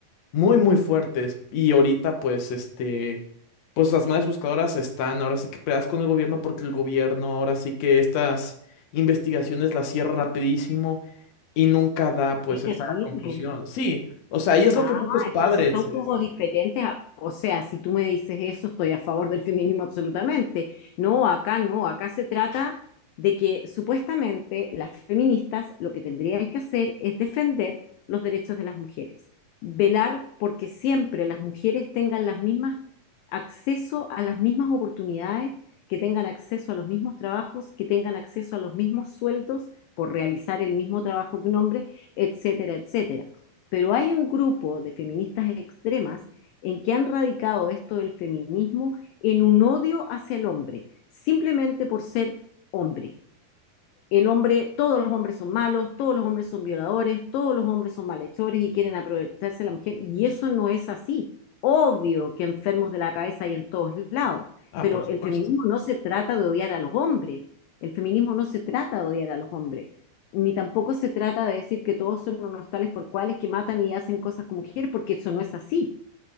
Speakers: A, on the left; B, on the left.
A: muy, muy fuertes. Y ahorita, pues, este, pues las madres buscadoras están ahora sí que peleadas con el gobierno porque el gobierno ahora sí que estas investigaciones las cierra rapidísimo y nunca da, pues,
B: qué terrible.
A: esa conclusión. Sí, o sea, y es lo
B: Ah,
A: que muchos padres...
B: entonces son
A: es-
B: como diferentes. a- O sea, si tú me dices eso, estoy a favor del feminismo absolutamente. No, acá no, acá se trata de que supuestamente las feministas lo que tendrían que hacer es defender los derechos de las mujeres, velar porque siempre las mujeres tengan las mismas acceso a las mismas oportunidades, que tengan acceso a los mismos trabajos, que tengan acceso a los mismos sueldos por realizar el mismo trabajo que un hombre, etcétera, etcétera pero hay un grupo de feministas extremas en que han radicado esto del feminismo en un odio hacia el hombre, simplemente por ser hombre el hombre, todos los hombres son malos, todos los hombres son violadores, todos los hombres son malhechores y quieren aprovecharse de la mujer. Y eso no es así. Obvio que enfermos de la cabeza hay en todos lados,
A: Ah,
B: pero
A: por supuesto.
B: el feminismo no se trata de odiar a los hombres. El feminismo no se trata de odiar a los hombres, ni tampoco se trata de decir que todos son unos tales por cuales que matan y hacen cosas con mujeres, porque eso no es así.